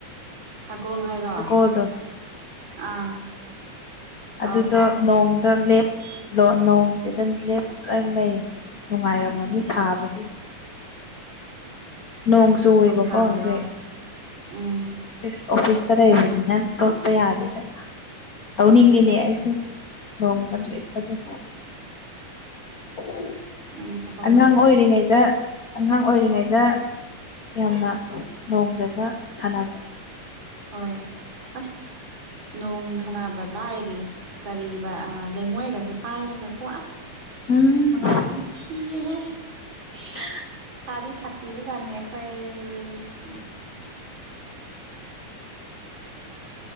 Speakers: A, on the right; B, on the left.
A: ꯁꯒꯣꯜ ꯍꯥꯏꯔꯣ
B: ꯁꯒꯣꯜꯗꯣ
A: ꯑꯥ
B: ꯑꯗꯨꯗꯣ
A: ꯑꯧ ꯈꯪꯉꯦ
B: ꯅꯣꯡꯗ ꯂꯦꯞ ꯅꯣꯡꯁꯤꯗ ꯂꯦꯞꯂꯒ ꯂꯩ ꯅꯨꯡꯉꯥꯏꯔꯝꯃꯅꯤ ꯁꯥꯕꯁꯤꯗ ꯅꯣꯡ
A: ꯅꯪꯁꯨ
B: ꯆꯨ ꯑꯣꯏꯕꯀꯣ
A: ꯆꯣꯡꯊꯔꯨꯔꯣ
B: ꯍꯧꯖꯤꯛꯁ
A: ꯎꯝ
B: ꯑꯣꯐꯤꯁꯇ ꯂꯩꯕꯅꯤꯅ ꯆꯣꯠꯄ ꯌꯥꯗꯦꯗꯅ ꯇꯧꯅꯤꯡꯉꯤꯅꯦ ꯑꯩꯁꯨ ꯂꯣꯡꯗ ꯂꯦꯞꯄ ꯗꯣꯀꯣ ꯑꯣ
A: ꯅꯪꯒꯤ ꯊꯕꯛ
B: ꯑꯉꯥꯡ
A: ꯂꯣꯏꯔꯒ
B: ꯑꯣꯏꯔꯤꯉꯩꯗ ꯑꯉꯥꯡ ꯑꯣꯏꯔꯤꯉꯩꯗ ꯌꯥꯝꯅ ꯅꯣꯡꯗꯒ ꯁꯥꯟꯅꯕꯅꯤ
A: ꯍꯣꯏ ꯑꯁ ꯅꯣꯡ ꯁꯅꯕ ꯂꯥꯏꯔꯤ ꯀꯔꯤ ꯂꯩꯉꯣꯏꯒꯁꯦ ꯄꯥꯏꯔꯒ ꯀꯣ ꯑꯁ
B: ꯎꯝ
A: ꯃꯉꯥꯎꯗꯤ ꯊꯤꯔꯦꯍꯦ
B: ꯎ
A: ꯁꯗ ꯁꯥꯇꯤꯕꯨꯖꯅꯤ ꯑꯩꯈꯣꯏꯁꯨꯁꯨ